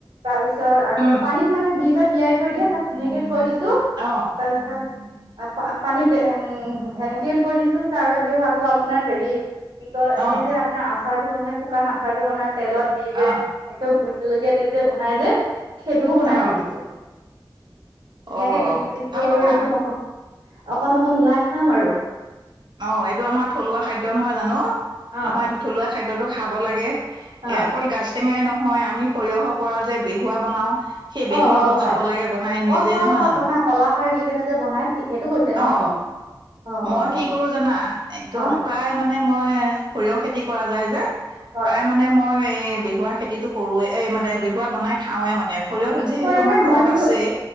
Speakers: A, on the right; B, on the right.
A: তাৰ পিছত ছত আকৌ
B: উম
A: পানীত মানে দি যে তিয়াই থৈ দিয়ে তাত ধুনীয়াকে থৈ দিছো।
B: অ
A: তাৰপিছত প পানী ধেনেকে থৈ দিছো। তাৰ বাহিৰেও আকৌ আপোনাৰ হেৰি কি কয় এনেই
B: অ
A: যে আপোনাৰ আচাৰটো বনে শুকান আচাৰটো বন তেলত দি যে
B: অ
A: এদম ভোট জলকীয়া দি যে বনাই যে। সেইটোও বনাই
B: অ
A: থৈ দিছো। ধুনীয়াকে
B: অ',
A: দি থৈ দিছো
B: ভাল
A: আৰু
B: কথা।
A: একদম অক অকণ অকণ ওলাই খাম আৰু।
B: অ এইটো আমাৰ থলুৱা খাদ্য নহয় জানো?
A: অ
B: আমাৰ এইটো থলুৱা খাদ্যটো খাব লাগে।
A: অ
B: এ অকল গাছ টেঙাই নহয়। আমি সৰিয়হৰ পৰা যে বেহুৱা বনাও। সেই বেহুৱাটো
A: অ অ হয়
B: খাব লাগে বনাই নিজেই।
A: অ খাওঁ
B: নহয়
A: খাওঁ
B: জানো?
A: বনা কলাখাৰ দি কেনে যে বনাই ঠিক সেইটো কৈছে ন
B: অ
A: আপুনি অ
B: মই
A: অ
B: কি
A: অ
B: কৰো জানা? একদম
A: হয়
B: প্ৰায় মানে মই সৰিয়হ খেতি কৰা যায় যে।
A: হয়
B: প্ৰায় মানে মই এই বেহুৱা খেতিটো কৰোৱে। এই মানে বেহুৱা বনাই খাওৱে মানে। সৰিয়হ
A: বিক্ৰী
B: যিহেতু
A: কৰে
B: আমাৰ
A: নে?
B: ঘৰত
A: মই কিন্তু
B: আছেই